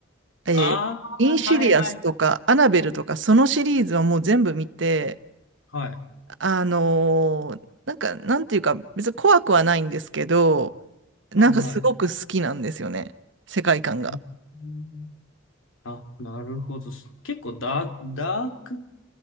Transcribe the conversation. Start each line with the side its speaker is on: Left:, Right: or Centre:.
Right: えーインシディアスとか、
Left: あー、はいはいはい。
Right: アナベルとか、そのシリーズはもう全部見て、
Left: はい
Right: あのーなんか、なんていうか、別に怖くはないんですけど、なんかすごく好きなんですよね、
Left: はいはい。
Right: 世界観が。
Left: うーんあ、なるほど。結構ダー、ダーク